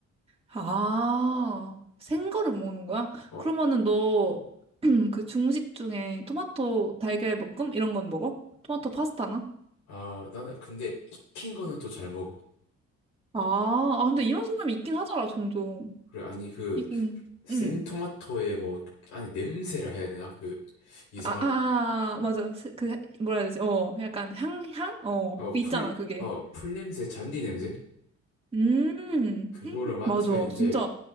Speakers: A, on the right; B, on the left.
A: 아, 생거를 먹는 거야?
B: 어
A: 그러면은 너, <clears throat> 그 중식 중에 토마토 달걀 볶음? 이런 건 먹어? 토마토 파스타나?
B: 아 나는 근데 익힌 거는 또 잘 먹어
A: 아, 아, 근데 이런 사람이 있긴 하더라, 종종.
B: 그래 아니 그
A: 있긴,
B: 생토마토의
A: 응.
B: 뭐 안에 냄새라 해야 되나? 그 이상한
A: 아, 아, 맞아. 스- 그, 뭐라 해야 되지? 어, 약간 향, 향? 어,
B: 어
A: 있잖아,
B: 풀
A: 그게.
B: 어 풀 냄새, 잔디 냄새?
A: 음,
B: 그거를
A: 음,
B: 맡으면
A: 맞아.
B: 이제
A: 진짜.